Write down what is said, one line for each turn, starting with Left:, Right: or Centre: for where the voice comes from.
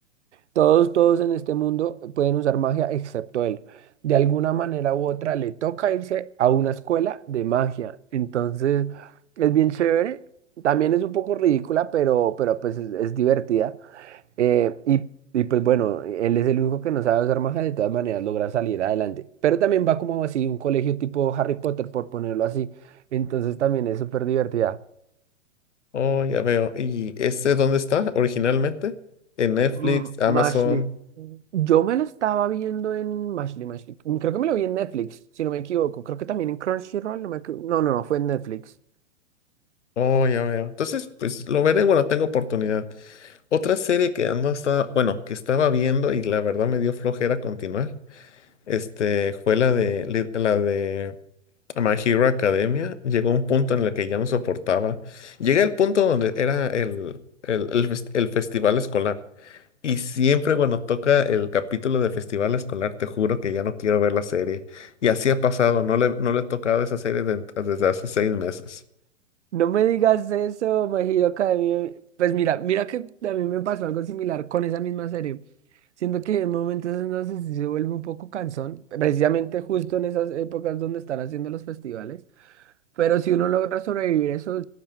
Right: Todos, todos en este mundo pueden usar magia excepto él. De alguna manera u otra le toca irse a una escuela de magia. Entonces, es bien chévere. También es un poco ridícula, pero, pero pues es, es divertida. Eh, y, y pues bueno, él es el único que no sabe usar magia, de todas maneras logra salir adelante. Pero también va como así, un colegio tipo Harry Potter, por ponerlo así. Entonces también es súper divertida.
Left: Oh, ya veo. ¿Y este dónde está originalmente? En Netflix,
Right: Mm,
Left: Amazon.
Right: Mashley, yo me lo estaba viendo en Mashley, Mashley. mm, Creo que me lo vi en Netflix, si no me equivoco. Creo que también en Crunchyroll, no me equivo- No, no, fue en Netflix.
Left: Oh, ya veo. Entonces, pues lo veré cuando tenga oportunidad. Otra serie que ando estaba, bueno, que estaba viendo y la verdad me dio flojera continuar, este, fue la de li- la de My Hero Academia. Llegó un punto en el que ya no soportaba. Llegué al punto donde era el, el, el fes- el festival escolar. Y siempre cuando toca el capítulo de festival escolar, te juro que ya no quiero ver la serie. Y así ha pasado, no le, no le he tocado esa serie de- desde hace seis meses.
Right: No me digas eso, My Hero Academia. Pues mira, mira que a mí me pasó algo similar con esa misma serie. Siento que en momentos en los que sí se vuelve un poco cansón, precisamente justo en esas épocas donde están haciendo los festivales. Pero si uno logra sobrevivir eso,